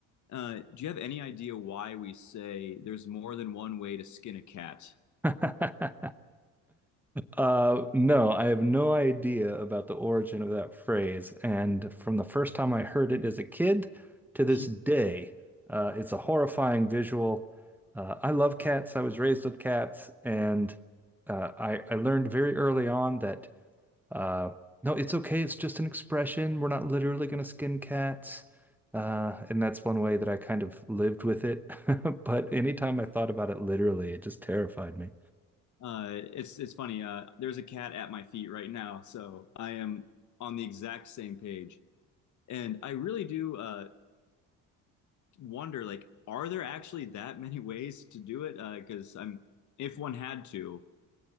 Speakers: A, on the left (about 55°); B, in the centre.
A: Uh, do you have any idea why we say there's more than one way to skin a cat?
B: <laughs> Uh, no, I have no idea about the origin of that phrase, and from the first time I heard it as a kid to this
A: Yeah.
B: day, uh, it's a horrifying visual. Uh, I love cats. I was raised with cats, and uh, I I learned very early on that Uh, no, it's okay. It's just an expression. We're not literally going to skin cats. Uh, and that's one way that I kind of lived with it. <laughs> But anytime I thought about it literally, it just terrified me.
A: Uh, it's it's funny. Uh, there's a cat at my feet right now, so I am on the exact same page. And I really do uh, wonder, like, are there actually that many <laughs> ways to do it? Uh, because I'm, if one had to,